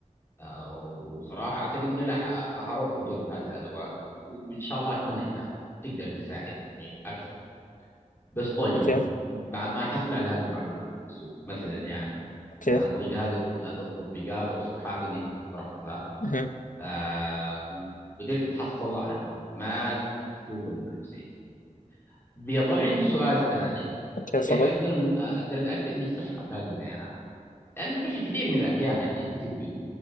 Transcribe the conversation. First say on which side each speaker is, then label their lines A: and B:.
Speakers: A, on the left (about 15°); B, on the left (about 75°).
A: آه وصراحه اعتقد اني راح راح اروح واجرب هذه الادوات وان شاء الله اتمنى انها تقدر تساعدني اكثر بس طيب
B: اوكي
A: بعد ما احصل على هذه المعلومات في السوق مثلا يعني
B: اوكي
A: يعني عن طريق هذه التط- التطبيقات او الصفحات اللي انت اقترحتها
B: مهم.
A: آه وقدرت اتحصل على المعلومات سوق المنافسين بيظل عندي سؤال ثاني
B: اوكي
A: كيف
B: صدق
A: اقدر من اقدر اتاكد من صحه هذه البيانات لانه في كثير من الاحيان يعني انت تدري